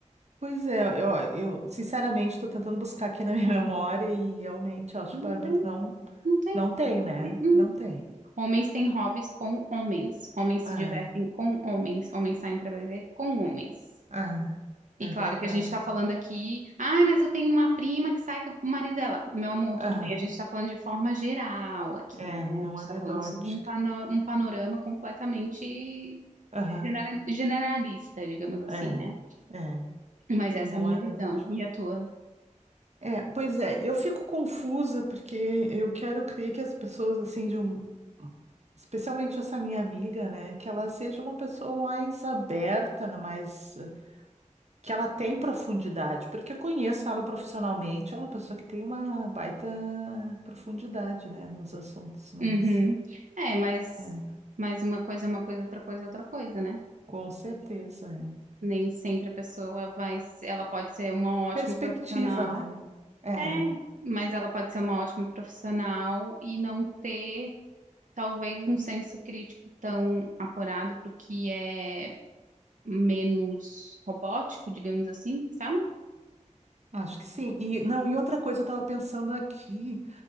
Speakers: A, on the right; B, on the right.
A: Pois é, eu, eu sinceramente estou tentando buscar aqui na minha <laughs> memória e realmente eu acho,
B: Não
A: Bárbara,
B: tem,
A: que não,
B: não tem.
A: não tem, né?
B: hum.
A: Não tem.
B: Homens têm hobbies com homens, homens
A: Ah,
B: se divertem com homens, homens saem para beber com homens.
A: ah,
B: E
A: é
B: claro
A: verdade.
B: que a gente está falando aqui, ah, mas eu tenho uma prima que sai com o marido dela. Meu amor,
A: Ah,
B: tudo bem, a gente está falando de forma geral aqui,
A: é,
B: né?
A: não
B: A gente
A: anedótica.
B: está falando sobre um, pano- um panorama completamente
A: Aham,
B: genera- generalista, digamos assim,
A: é,
B: né?
A: é,
B: Mas essa
A: e não
B: é a minha
A: é anedótico.
B: visão e a tua.
A: É, pois é, eu fico confusa porque eu quero crer que as pessoas, assim, de um. Especialmente essa minha amiga, né? Que ela seja uma pessoa mais aberta, né, mais. Que ela tem profundidade, porque eu conheço ela profissionalmente, ela é uma pessoa que tem uma baita profundidade, né? Nos assuntos, mas.
B: Uhum. É, mas,
A: É,
B: mas uma coisa é uma coisa, outra coisa é outra coisa, né?
A: com certeza, é.
B: Nem sempre a pessoa vai, ela pode ser uma ótima
A: Perspectiva,
B: profissional.
A: né? É,
B: É, mas ela pode ser uma ótima profissional e não ter talvez um senso crítico tão apurado para o que é menos robótico, digamos assim, sabe?
A: acho que sim. E, não, e outra coisa, eu estava pensando aqui.